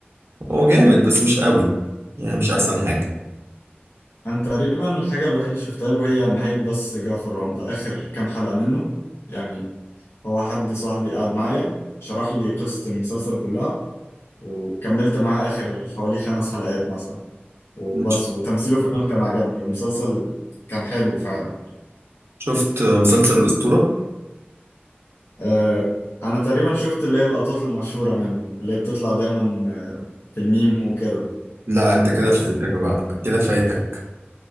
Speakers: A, on the right (about 80°); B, on the left (about 75°).
A: هو جامد بس مش قوي يعني مش أحسن حاجة
B: انا تقريبا الحاجة الوحيدة اللي شفتها له هي نهاية بس جعفر العمدة اخر كام حلقة منه يعني هو حد صاحبي قعد معايا شرح لي قصة المسلسل كلها وكملت معاه آخر حوالي خمس حلقات مثلا وبس
A: مم.
B: وتمثيله فعلا كان عجبني والمسلسل كان حلو فعلا
A: شفت مسلسل الأسطورة؟
B: آه أنا تقريبا شفت اللي هي اللقطات المشهورة منه اللي هي بتطلع دايما آه، في الميم وكده
A: لا أنت كده
B: بس
A: فايتك بقى كده فايتك